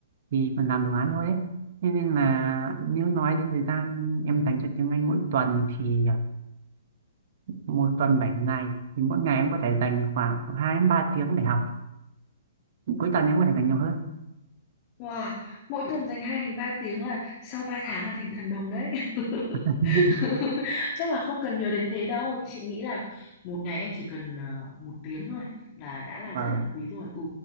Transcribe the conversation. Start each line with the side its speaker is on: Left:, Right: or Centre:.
Right: thì còn làm đồ án thôi ấy. Thế nên là nếu nói đến thời gian em dành cho tiếng Anh mỗi tuần thì à, một tuần 7 ngày thì mỗi ngày em có thể dành khoảng 2 đến 3 tiếng để học cuối tuần em có thể dành nhiều hơn
Left: Wow, mỗi tuần dành 2 đến 3 tiếng là sau 3 tháng là thành thần đồng đấy. <laughs>
Right: <laughs>
Left: <laughs> Chắc là không cần nhiều đến thế đâu. Chị nghĩ là một ngày em chỉ cần ờ, một tiếng thôi là đã là
Right: vâng
Left: rất là quý rồi. Ừ,